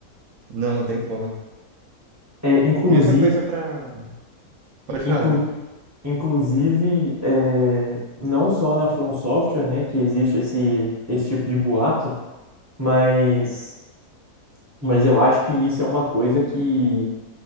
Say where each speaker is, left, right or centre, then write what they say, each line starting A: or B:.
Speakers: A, on the right; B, on the right.
A: não, não tem como.
B: É, inclusive...
A: Mesma coisa pra. Pode
B: Inclu,
A: falar, hein?
B: inclusive, é, não só na From Software, né, que existe esse, esse tipo de boato, mas... Mas eu acho que isso é uma coisa que...